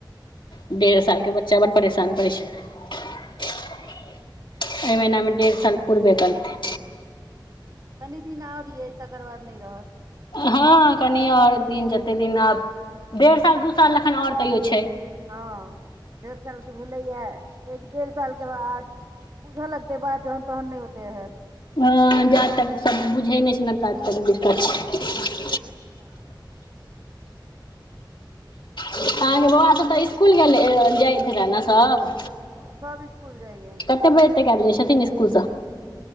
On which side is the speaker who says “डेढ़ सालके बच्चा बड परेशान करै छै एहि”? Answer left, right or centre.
Left